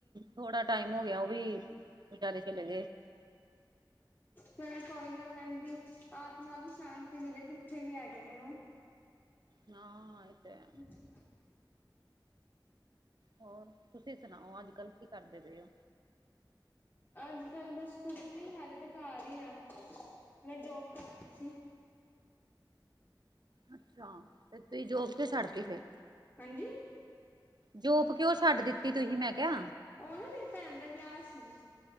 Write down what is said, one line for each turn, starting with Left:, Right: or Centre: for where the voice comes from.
Right: ਥੋੜਾ ਟਾਈਮ ਹੋ ਗਿਆ ਓਹ ਵੀ ਵਿਚਾਰੇ ਚਲੇ ਗਏ।
Left: ਚਲੋ ਕੋਈ ਨਾ ਉੰਦਾ ਦੀ ਆਤਮਾ ਨੂੰ ਸ਼ਾਂਤੀ ਮਿਲੇ ਜਿੱਥੇ ਵੀ ਹੈਗੇ ਨੇ ਓਹ।
Right: ਹਾਂ, ਏ ਤੇ ਹੈ।
Left: <inaudible>
Right: ਹੋਰ, ਤੁਸੀਂ ਸੁਣਾਓ ਅੱਜ-ਕੱਲ੍ਹ ਕੀ ਕਰਦੇ ਪਏ ਔ?
Left: ਅੱਜ-ਕੱਲ ਬਸ ਕੁਛ ਨੀ ਹਾਲੇ ਤੇ ਘਰ ਈ ਆ, ਮੈਂ ਜੋਬ ਕਾਰਦੀ ਸੀ।
Right: ਅੱਛਾ, ਤੇ ਤੁਹੀਂ ਜੋਬ ਕਿਓਂ ਛੱਡਤੀ ਫੇਰ?
Left: ਹਾਂਜੀ,
Right: ਜੋਪ ਕਿਉ ਛੱਡ ਦਿੱਤੀ ਤੁਹੀਂ ਮੈਂ ਕਿਆ।
Left: ਉਹ ਨਾਂ ਮੇਰੀ ਭੈਣ ਦਾ ਵਿਆ ਸੀ।